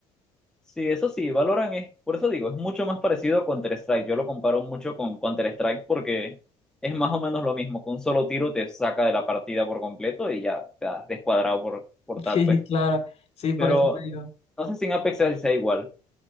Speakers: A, in the centre; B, on the left.
A: Sí, eso sí, Valorant es, por eso digo, es mucho más parecido a Counter-Strike. Yo lo comparo mucho con Counter-Strike porque es más o menos lo mismo. Con un solo tiro te saca de la partida por completo y ya te has descuadrado por, por
B: <laughs>
A: tal,
B: Sí,
A: pues.
B: claro, sí, por
A: Pero
B: eso te digo.
A: no sé si en Apex sea igual.